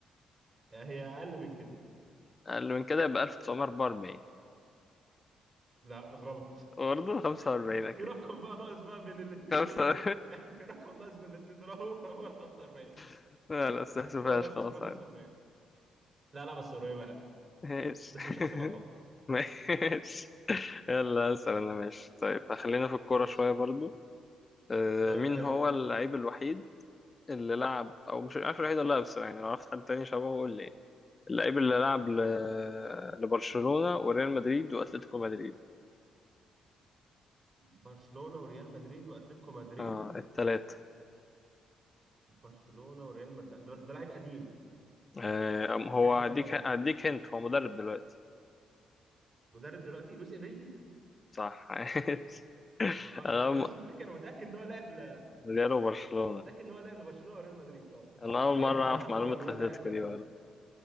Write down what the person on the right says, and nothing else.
هي اقل من كده
لا غلط
<laughs>
في رقم بقى ناقص بقى بين الاثنين
دول بقى <laughs> في رقم ناقص بين الاثنين دول <laughs> هو هو ال 45
هو ال 1945
لا لا بس قريبه يعني
بس مش هحسبها طبعا
ماشي
طيب
حلو
ماشي
برشلونة وريال مدريد واتلتيكو مدريد
برشلونة وريال مدريد بس ده لاعب قديم
تهيألي
لاعب قديم
مدرب دلوقتي لويس انريكي
هو آه،
لا، هو
لويس انريكي انا متأكد ان هو لاعب ل...
متأكد ان هو لاعب لبرشلونة وريال مدريد اه بس
مش
عارف
بصراحة
حوار
ان
هو لاعب